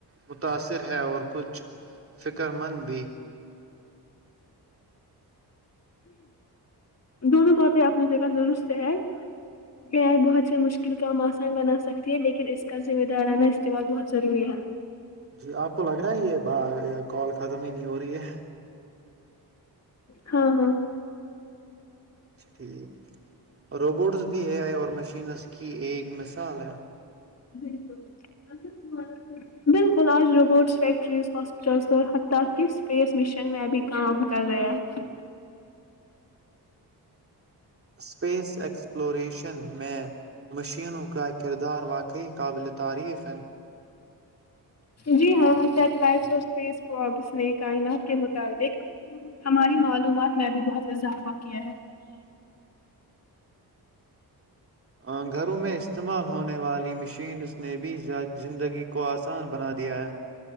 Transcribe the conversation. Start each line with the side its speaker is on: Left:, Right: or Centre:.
Right: متاثر ہے اور کچھ فکر مند بھی
Left: دونوں باتیں اپنی جگہ درست ہے اے آئی بہت سے مشکل کام آسان بنا سکتی ہے لیکن اس کا ذمہ دارانہ استعمال بہت ضروری ہے
Right: جی آپ کو لگ رہا ہے یہ با کال ختم ہی نہیں ہو رہی ہے
Left: ہاں ہاں
Right: ٹھیک روبوٹس بھی اے آئے اور مشینس اسکی ایک مثال ہے
Left: بالکل <unintelligible> بالکل آج روبوٹس فیکٹریز ہاسپیٹلس حتی اسپیس مشن میں بھی کام کر رہے ہیں
Right: اسپیس ایکسپلوریشن میں مشینوں کا کردار واقعی قابل تعریف ہے
Left: جی ہاں سیٹلائٹس اور اسپیس پروپس نے کائنات کے متعلق ہماری معلومات میں ابھی بہت اضافہ کیا ہے
Right: آ گھروں میں استعمال ہونے والی مشینس نے بھی ذا زندگی کو آسان بنا دیا ہے